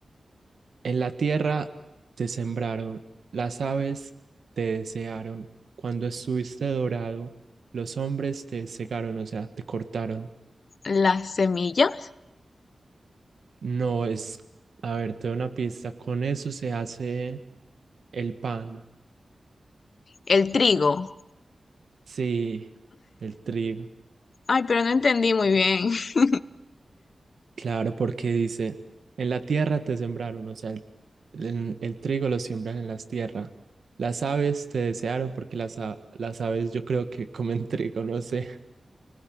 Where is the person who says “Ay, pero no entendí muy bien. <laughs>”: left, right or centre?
Left